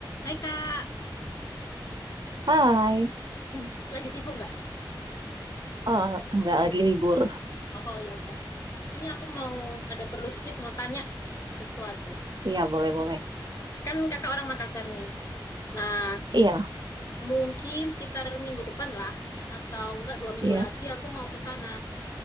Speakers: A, on the left (about 45°); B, on the right (about 65°).
A: Hai Kak,
B: Hai,
A: <laughs> lagi sibuk nggak?
B: oh enggak lagi libur.
A: Oh ya udah. Ini aku mau ada perlu dikit mau tanya sesuatu.
B: Iya, boleh-boleh.
A: Kan Kakak orang Makassar nih. Nah,
B: Iya,
A: mungkin sekitar minggu depan lah, atau enggak dua minggu
B: iya,
A: lagi aku mau ke sana.